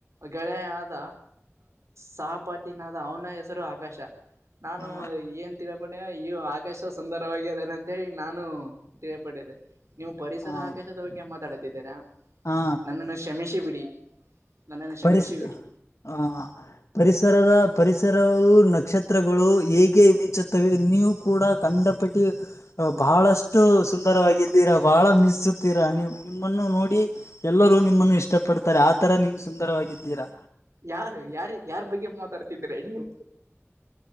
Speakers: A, on the right (about 80°); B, on the left (about 80°).
A: ಗೆಳೆಯಾದ ಸಹಪ ತಿನ್ನದ ಅವನ ಹೆಸರು ಆಕಾಶ ನಾನು
B: ಹಾ
A: ಏನ್ಂತಿ ಪೂಣ್ಯ ಈ ಆಕಾಶ ಸುಂದರವಾಗಿದಾನೆ ಅಂತೇಳಿ ನಾನು ತಿಳಿಯಪಟ್ಟಿರೆ. ನೀವು ಪರಿಸರ
B: ಹ
A: ಆಕಾಶದ ಬಗೆ ಮಾತನಾಡಕ್ಕಾತ್ತಿರ
B: ಹಾ
A: ನನ್ನನ್ನು ಶ್ಷಮಿಸಿ ಬಿಡಿ. ನನ್ನನ್ನು ಕ್ಷಮಿಸಿ
B: ಪರಿಸ
A: ಬಿಡಿ
B: ಹ ಹ್. ಪರಿಸರದ ಪರಿಸರವು ನಕ್ಷತ್ರಗಳು ಹೇಗೆ ಮಿಂಚುತ್ತವೆ ನೀವು ಕೂಡ ಕಂಡಪಟ್ಟಿ. ಬಹಳಷ್ಟು ಸುಂದರವಾಗಿದ್ದೀರಾ ಬಹಳ ಮೀಿಸುತ್ತೀರಾ ನೀವು ನಿಮ್ಮನ್ನು ನೋಡಿ ಎಲ್ಲರೂ ನಿಮ್ಮನ್ನು ಇಷ್ಟ ಪಡ್ತಾರೆ ಆತರ ನೀವು ಸುಂದರವಾಗಿದ್ದೀರಾ.
A: ಯಾರು ಯಾರ ಯಾರ್ ಬಗ್ಗೆ ಮಾತಾಡ್ತಿದ್ರೆ ನೀವು.